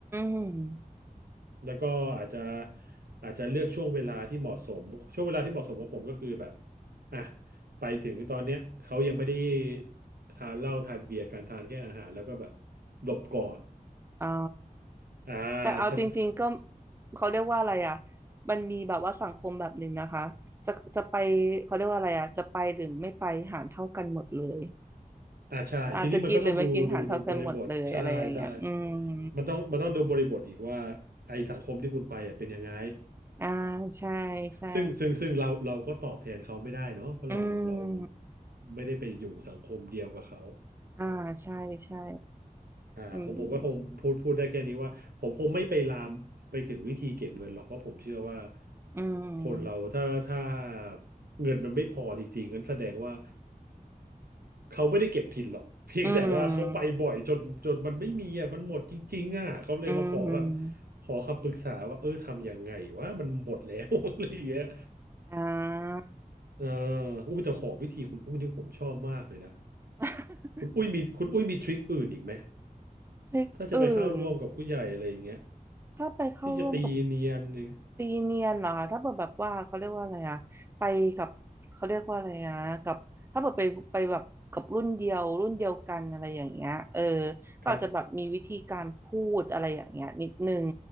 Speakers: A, on the right (about 15°); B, on the right (about 85°).
A: ม
B: แล้วก็อาจจะอาจจะเลือกช่วงเวลาที่เหมาะสมช่วงเวลาที่เหมาะสมของผมก็คือแบบอ่ะไปถึงตอนเนี้ยเขายังไม่ได้ทานเหล้าทานเบียร์กันทานแค่อาหารแล้วก็แบบหลบก่อน
A: อ๋อ
B: อ่า
A: แต่เอาจริงๆก็เขาเรียกว่าอะไรอ่ะมันมีแบบว่าสังคมแบบหนึ่งนะคะจะจะไปเขาเรียกว่าอะไรอ่ะจะไปหรือไม่ไปหารเท่ากันหมดเลย
B: อ่าใช่ทีนี้มันก็ต้องดูดูดูบริบทใช่ใช่
A: อาจจะกินหรือไม่กินหารเท่ากันหมดเลยอะไรอย่างเงี้ยอืม
B: มันต้องมันต้องดูบริบทอีกว่าไอสังคมที่คุณไปอ่ะเป็นยังไง
A: อ่าใช่ใช่
B: ซึ่งซึ่งซึ่งเราเราก็ตอบแทนเขาไม่ได้เนาะเพราะเราเรา
A: อืม
B: ไม่ได้ไปอยู่สังคมเดียวกับเขา
A: อ่าใช่ใช่
B: อ่าของผมก็คงพูดพูดได้แค่นี้ว่าผมคงไม่ไปลามไปถึงวิธีเก็บเงินหรอกเพราะผมเชื่อว่า
A: อืม อืม
B: คนเราถ้าถ้าเงินมันไม่พอจริงๆงั้นแสดงว่า เขาไม่ได้เก็บผิดหรอก <laughs> เพียงแต่ว่าเขาไปบ่อยจนจนมันไม่มีอ่ะมันหมดจริงๆอ่ะเขาเลยมาขอแบบ
A: อืม อืม
B: ขอคำปรึกษาว่าเออทำยังไงวะมันหมดแล้ว <laughs> อะไรอย่างเงี้ย
A: อ่า
B: เอออุ้ยแต่ขอวิธีคุณอุ้ยเนี่ยผมชอบมากเลยนะ
A: <laughs>
B: คุณอุ้ยมีคุณอุ้ยมีทริคอื่นอีกไหม
A: พริกอื่น
B: ถ้าจะไปเข้าร่วมกับผู้ใหญ่อะไรอย่างเงี้ย
A: ถ้าไปเข้าร่วมกับ
B: ที่จะตีเนียนนี่
A: ตีเนียนเหรอคะถ้าเกิดแบบว่าเขาเรียกว่าอะไรอะไปกับเขาเรียกว่าอะไรอะกับถ้าเกิดไปไปแบบกับรุ่นเดียวรุ่นเดียวกันอะไรอย่างเงี้ยเออก็อาจจะแบบมีวิธีการพูดอะไรอย่างเงี้ยนิดนึง
B: ครับ